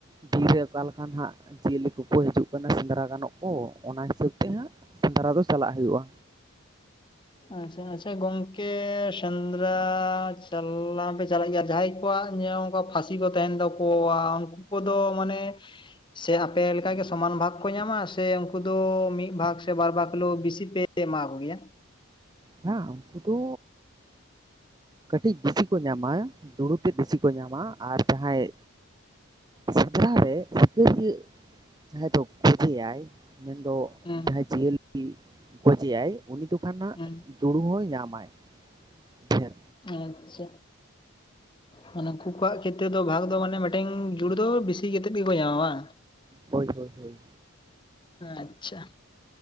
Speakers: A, on the right (about 20°); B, on the left (about 20°).
A: ᱵᱤᱨ ᱨᱮ ᱚᱠᱟ ᱞᱮᱠᱟᱱ ᱦᱟᱸᱜ ᱡᱤᱭᱟᱹᱞᱤ ᱠᱚᱠᱚ ᱦᱤᱡᱩᱜ ᱠᱟᱱᱟ ᱥᱮᱸᱫᱽᱨᱟ ᱜᱟᱱᱚᱜ ᱠᱚ ᱚᱱᱟ ᱦᱤᱥᱟᱹᱵ ᱛᱮ ᱦᱟᱸᱜ ᱥᱮᱸᱫᱽᱨᱟ ᱫᱚ ᱪᱟᱞᱟᱜ ᱦᱩᱭᱩᱜᱼᱟ᱾
B: ᱟᱪᱪᱷᱟ ᱟᱪᱪᱷᱟ ᱜᱚᱝᱠᱮ ᱥᱮᱸᱫᱽᱨᱟ ᱪᱟᱞᱞᱟ ᱵᱮᱪ ᱪᱟᱞᱟᱜ ᱜᱮᱭᱟ ᱡᱟᱦᱟᱸᱭ ᱠᱚᱣᱟᱜ ᱧᱮᱣ ᱚᱱᱠᱟ ᱯᱷᱟᱸᱥᱤ ᱠᱚ ᱛᱮᱦᱮᱸᱱ ᱛᱟᱠᱚᱣᱟ ᱩᱱᱠᱩ ᱠᱚᱫᱚ ᱢᱟᱱᱮ ᱥᱮ ᱟᱯᱮ ᱞᱮᱠᱟᱜᱮ ᱥᱚᱢᱟᱱ ᱵᱷᱟᱜᱽ ᱠᱚ ᱧᱟᱢᱟ ᱥᱮ ᱩᱱᱠᱩ ᱫᱚ ᱢᱤᱫ ᱵᱷᱟᱜᱽ ᱥᱮ ᱵᱟᱨ ᱵᱷᱟᱜᱽ ᱦᱳᱞᱮᱣ ᱵᱤᱥᱤ ᱯᱮ ᱯᱮ ᱮᱢᱟᱣ ᱠᱚ ᱜᱮᱭᱟ
A: ᱦᱟᱸᱜ ᱩᱱᱠᱩ ᱫᱚ ᱠᱟᱹᱴᱤᱡ ᱵᱤᱥᱤ ᱠᱚ ᱧᱟᱢᱟ ᱫᱩᱲᱩᱠᱮ ᱵᱤᱥᱤ ᱠᱚ ᱧᱟᱢᱟ ᱟᱨ ᱡᱟᱦᱟᱸᱭ ᱥᱮᱸᱫᱽᱨᱟ ᱨᱮ ᱥᱤᱠᱟᱹᱨᱤᱭᱟᱹ ᱡᱟᱦᱟᱸᱭ ᱫᱚ ᱯᱚᱡᱮᱟᱭ ᱢᱮᱱᱫᱚ
B: ᱦᱩᱸ
A: ᱡᱟᱦᱟᱸᱭ ᱡᱤᱭᱟᱹᱞᱤ ᱜᱚᱡᱮᱭᱟᱭ ᱩᱱᱤ ᱫᱚ ᱠᱟᱱᱱᱟᱜ
B: ᱦᱩᱸ
A: ᱡᱩᱲᱩ ᱦᱚᱸᱭ ᱧᱟᱢᱟᱭ᱾ ᱪᱷᱮᱲ
B: ᱟᱪᱪᱷᱟ ᱢᱟᱱᱮ ᱩᱱᱠᱩ ᱠᱚᱣᱟᱜ ᱠᱷᱮᱛᱨᱮ ᱫᱚ ᱵᱷᱟᱜᱽ ᱫᱚ ᱢᱟᱱᱮ ᱢᱤᱴᱮᱝ ᱡᱩᱲ ᱫᱚ ᱵᱤᱥᱤ ᱠᱟᱛᱮᱜ ᱜᱮᱠᱚ ᱧᱟᱢᱟ ᱵᱟᱝ?
A: ᱦᱳᱭ ᱦᱳᱭ ᱦᱳᱭ
B: ᱟᱪᱪᱷᱟ,